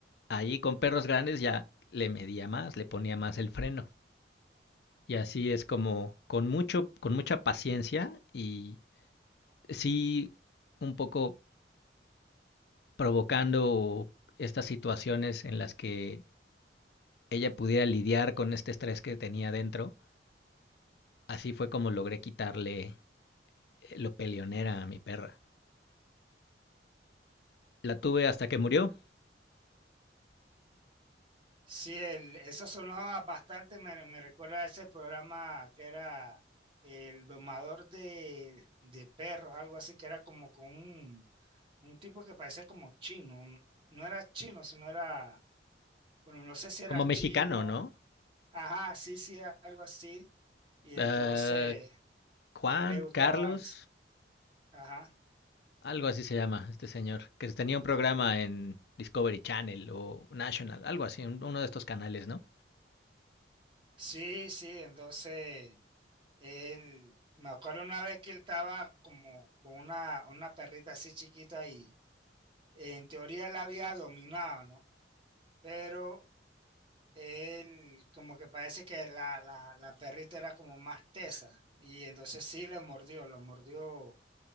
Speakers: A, on the left (about 60°); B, on the right (about 30°).
A: Ahí con perros grandes ya le medía más, le ponía más el freno. Y así es como con mucho, con mucha paciencia y sí un poco provocando estas situaciones en las que ella pudiera lidiar con este estrés que tenía dentro. Así fue como logré quitarle eh, lo peleonera a mi perra. La tuve hasta que murió,
B: Sí, el- eso sonaba bastante, me, me recuerda a ese programa que era el domador de, de perros, algo así, que era como con un, un tipo que parecía como chino, un- no era chino, sino era, bueno, no sé si era
A: como mexicano,
B: chino,
A: ¿no?
B: ajá, sí, sí, algo así, y entonces
A: Uh, Juan,
B: él le gustaba,
A: Carlos,
B: ens- ajá,
A: Algo así se llama este señor, que tenía un programa en Discovery Channel o National, algo así, un- uno de estos canales, ¿no?
B: sí, sí, entonces él, me acuerdo una vez que él estaba como con una, una perrita así chiquita y en teoría él había dominado, ¿no? Pero él como que parece que la, la, la perrita era como más tesa y entonces sí le mordió, lo mordió,